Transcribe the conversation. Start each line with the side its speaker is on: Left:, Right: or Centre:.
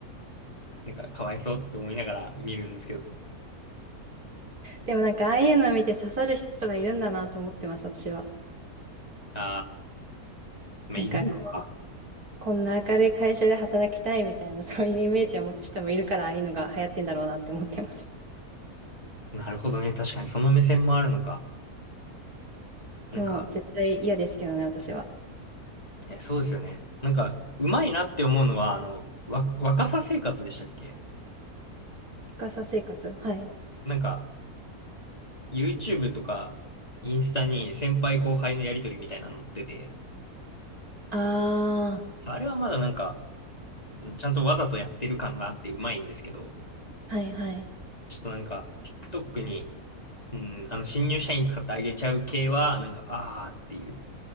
Left: なんかかわいそうって思いながら見るんですけど、
Right: でもなんかああいうのを見て刺さる人はいるんだなと思ってます、私は。
Left: あー、まあ、
Right: なんかこう、
Left: いるのか。
Right: こんな明るい会社で働きたいみたいな、そういうイメージを持つ人もいるから、ああいうのが流行ってんだろうなって思ってます。
Left: なるほどね。確かにその目線もあるのか。
Right: でも、
Left: なんか、
Right: 絶対嫌ですけどね、私は。
Left: え、そうですよね。なんか、うまいなって思うのは、あの、わ、若さ生活でしたっけ
Right: 深さ生活。はい。
Left: なんか、YouTube とか、インスタに先輩後輩のやりとりみたいなの載ってて、
Right: あ
Left: あれはまだなんか、ちゃんとわざとやってる感があってうまいんですけど、
Right: あ、はいはい。
Left: ちょっとなんか、TikTok に、うん、あの、新入社員使ってあげちゃう系は、なんか、あーっていう。